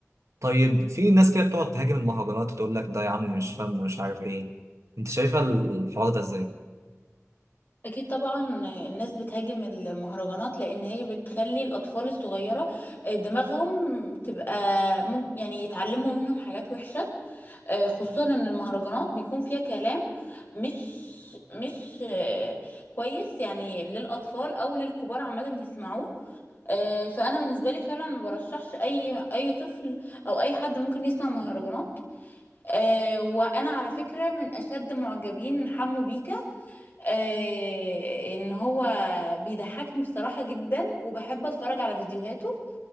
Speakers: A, on the right; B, on the left.
A: طيب في ناس كده بتقعد تهاجم المهرجانات وتقول لك ده يا عم مش فن ومش عارف إيه أنت شايفة الحوار ده إزاي؟
B: اكيد طبعا الناس بتهاجم المهرجانات لان هي بتخلي الاطفال الصغيره آه، دماغهم تبقى ممكن يعني يتعلموا منهم حاجات وحشه آه، خصوصا ان المهرجانات بيكون فيها كلام مش مش آه، كويس يعني للاطفال او للكبار عامه يسمعوه آه، فانا بالنسبه لي فعلا ما برشحش اي اي طفل او اي حد ممكن يسمع مهرجانات آه، وانا على فكره من اشد معجبين حمو بيكا آه، ان هو بيضحكني بصراحة جدا وبحب اتفرج على فيديوهاته